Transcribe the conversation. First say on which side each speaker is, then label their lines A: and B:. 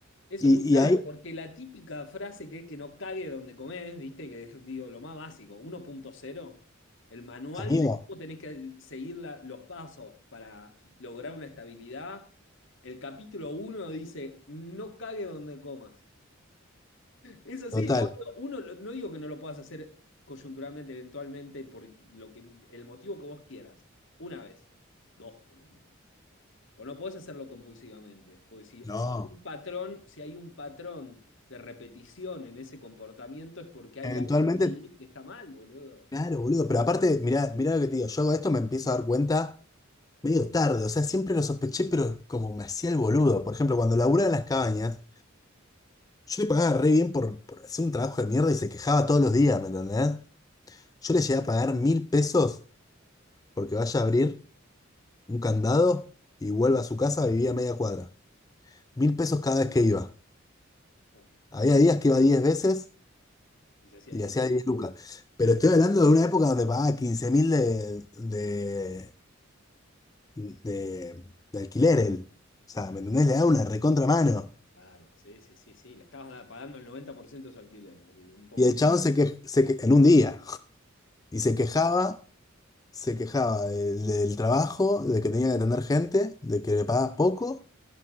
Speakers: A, on the left; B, on the left.
A: Eso
B: Y,
A: es muy grave,
B: y ahí,
A: porque la típica frase que es que no cague donde comés, viste, que es, digo, lo más básico, uno punto cero, el manual
B: amigo,
A: de cómo tenés que seguir la- los pasos para lograr una estabilidad. El capítulo uno dice, no cague donde comas. Es así,
B: total,
A: boludo. Uno, lo- no digo que no lo puedas hacer coyunturalmente, eventualmente, por lo que, el motivo que vos quieras. Una vez, dos, ponele. Pues no podés hacerlo compulsivamente, porque si,
B: no.
A: si hay un patrón, si hay un patrón de repetición en ese comportamiento es porque hay
B: Eventualmente,
A: algo ahí que está mal, boludo.
B: claro, boludo. Pero aparte, mirá, mirá lo que te digo, yo hago esto me empiezo a dar cuenta. medio tarde, o sea, siempre lo sospeché, pero como me hacía el boludo. Por ejemplo, cuando laburaba en las cabañas, yo le pagaba re bien por, por hacer un trabajo de mierda y se quejaba todos los días, ¿me entendés? Yo le llegué a pagar mil pesos porque vaya a abrir un candado y vuelva a su casa, vivía a media cuadra. Mil pesos cada vez que iba.
A: Bueno,
B: Había días que iba diez veces
A: y se hacía
B: y
A: ahí
B: le
A: el-
B: hacía diez lucas. Pero estoy hablando de una época donde pagaba quince mil de, de, de, de alquiler él. O sea, ¿me entendés? Le daba una recontra mano.
A: Claro, sí, sí, sí, sí. Le estabas da- pagando el 90% de su alquiler, el- un poco
B: Y el
A: menos.
B: chabón se que, se que- en un día, y
A: un
B: se
A: día.
B: quejaba, se quejaba del, del trabajo, de que tenía que atender gente, de que le pagaba poco,